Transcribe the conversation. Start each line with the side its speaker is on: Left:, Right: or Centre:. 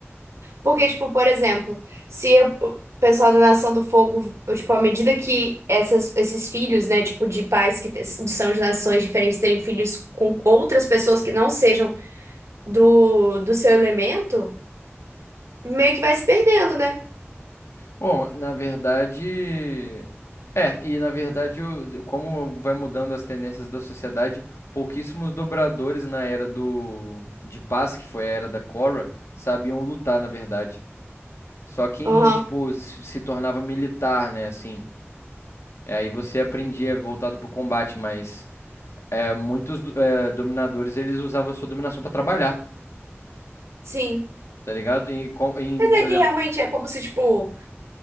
Right: Porque, tipo, por exemplo, se eu- o pessoal da Nação do Fogo, tipo, à medida que essas, esses filhos, né, tipo, de pais que te- são de nações diferentes terem filhos com outras pessoas que não sejam do, do seu elemento, meio que vai se perdendo, né?
Left: Bom, na verdade. É, e na verdade, o- como vai mudando as tendências da sociedade, pouquíssimos dobradores na era do de paz, que foi a era da Korra, sabiam lutar, na verdade. Só quem,
Right: Aham,
Left: tipo, se se tornava militar, né, assim. É, aí você aprendia voltado pro combate, mas é, muitos do- é, dominadores, eles usavam a sua dominação pra trabalhar,
Right: sim.
Left: tá ligado? E, com, em,
Right: Mas
Left: por
Right: é
Left: exemplo,
Right: que realmente é como se, tipo,